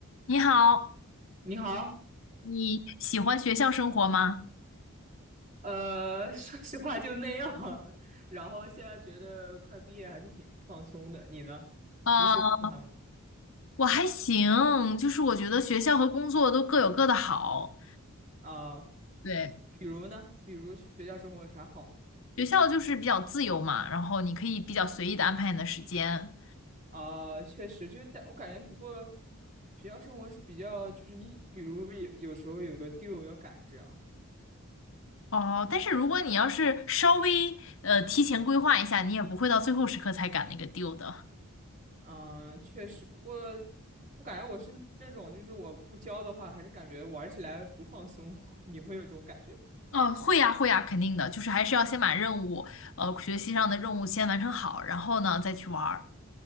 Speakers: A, on the left (about 60°); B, on the right (about 35°).
A: 你好，
B: 你好，
A: 你喜欢学校生活吗？
B: 呃，<laughs> 说实话就那样，<laughs> 然后现在觉得快毕业还是挺放松的。你呢？
A: 呃，
B: 你喜欢吗？
A: 我还行，就是我觉得学校和工作都各有各的好。
B: 啊、
A: 对，
B: 比如呢？比如学校生活有啥好？
A: 学校就是比较自由嘛，然后你可以比较随意的安排你的时间。
B: 啊、确实就，但我感觉，不过学校生活是比较，就是你，比如有有时候有个 due 要赶这样，
A: 哦，但是如果你要是稍微呃提前规划一下，你也不会到最后时刻才赶那个 due 的。
B: 嗯、确实。不过我感觉我是那种，就是我不教的话，还是感觉玩起来不放松。<laughs> 你会有这种感觉吗？
A: 哦，会呀，会呀，肯定的，就是还是要先把任务，呃，学习上的任务先完成好，然后呢再去玩儿。